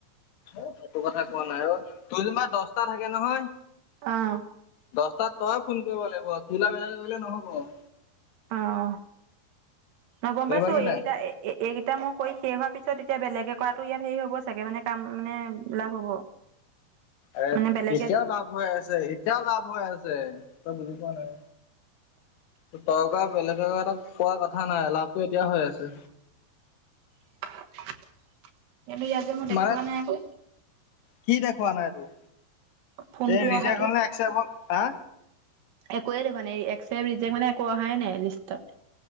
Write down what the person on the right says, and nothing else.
অ
অ', অ'। অহ, গম
পাইছো
এইকেইটা- এই-এই-এইকেইটা মই কৰি শেষ হোৱাৰ পিছত এতিয়া বেলেগে কৰাটো ইয়াত হেৰি হ'ব চাগে, মানে-কাম-মানে লাভ হ'ব।
মানে বেলেগে
<inaudible> কিন্তু ইয়াত যে মই দেখুওৱা
নাই আকৌ
ফোনটো
অহাটো
একোৱে দেখোৱা নাই, একচেপ ৰিজেক্ট মানে একো অহাই নাই লিষ্টত।